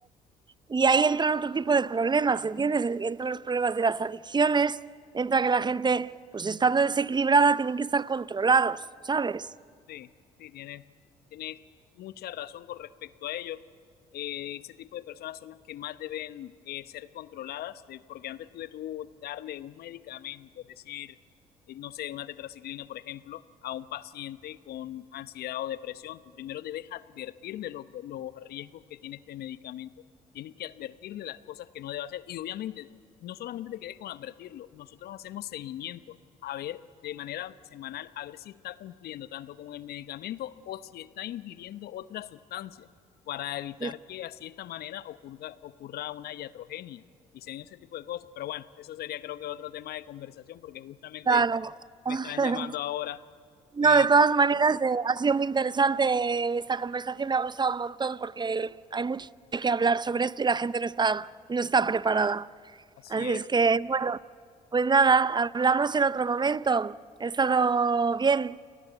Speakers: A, on the right; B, on the left.
A: Y ahí entran otro tipo de problemas, ¿entiendes? Entran los problemas de las adicciones, entra que la gente, pues estando desequilibrada, tienen que estar controlados, ¿sabes?
B: Sí, sí, tienes, tienes mucha razón con respecto a ello. Eh, ese tipo de personas son las que más deben eh, ser controladas, de- porque antes tú de tú darle un medicamento, es decir, eh, no sé, una tetraciclina, por ejemplo, a un paciente con ansiedad o depresión, tú primero debes advertirle los, los riesgos que tiene este medicamento. Tienes que advertirle las cosas que no debe hacer. Y obviamente, no solamente te quedes con advertirlo, nosotros hacemos seguimiento a ver de manera semanal, a ver si está cumpliendo tanto con el medicamento o si está ingiriendo otra sustancia para evitar
A: Y
B: que así de esta manera ocurra, ocurra una iatrogenia y se den ese tipo de cosas. Pero bueno, eso sería creo que otro tema de conversación porque justamente
A: claro.
B: me
A: <laughs>
B: están llamando ahora
A: No,
B: y
A: de todas maneras, eh, ha sido muy interesante esta conversación, me ha gustado un montón porque hay mucho que hablar sobre esto y la gente no está, no está preparada.
B: así
A: Así
B: es.
A: es que, bueno, pues nada, hablamos en otro momento. He estado bien,